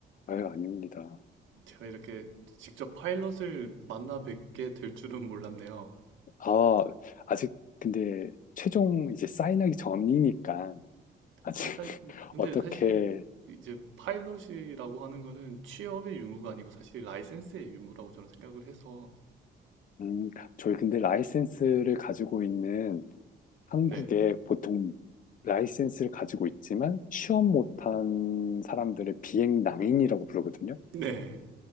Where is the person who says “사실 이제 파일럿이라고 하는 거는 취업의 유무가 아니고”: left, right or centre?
Right